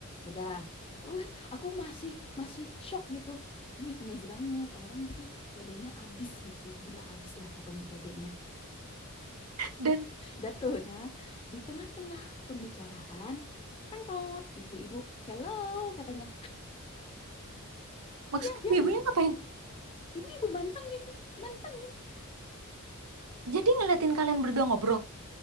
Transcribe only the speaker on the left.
udah Uh, aku masih masih shock gitu ini amazing banget orang sih pedenya abis gitu gila abis lah pokoknya pedenya
Datuna di tengah-tengah pembicaraan tengkot ibu-ibu hello katanya
iya dia
ibu-ibu manteng nih, manteng